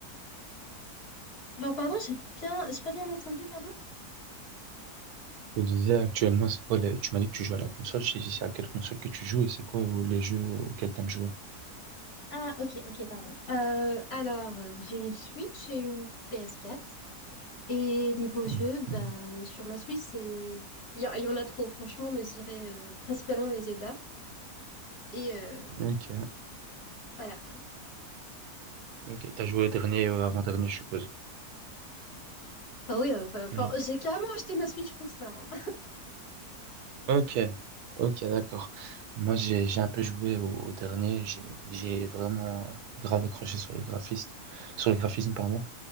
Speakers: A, on the left; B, on the right.
A: Alors pardon, j'ai bien... j'ai pas bien entendu, pardon?
B: Je te disais actuellement, c'est quoi les... Tu m'as dit que tu joues à la console, je te dis c'est à quelle console que tu joues et c'est quoi euh, les jeux auxquels tu aimes jouer.
A: Ah, ok, ok, pardon. Euh, alors, euh, j'ai une Switch et une ps quatre. Et niveau jeu,
B: Mhm.
A: bah, sur ma Switch, c'est... Il y, a- il y en a trop, franchement, mais je dirais euh, principalement les Zelda. Et euh,
B: Ok.
A: voilà.
B: Ok, t'as joué au dernier ou avant-dernier, je suppose.
A: Ah oui, euh, enfin,
B: Hmm,
A: enfin, j'ai carrément acheté ma Switch pour ça. hein.
B: Ok, ok, d'accord. Moi, j'ai j'ai un peu joué au, au dernier. J'ai j'ai vraiment grave accroché sur les graphistes, sur les graphismes, pardon.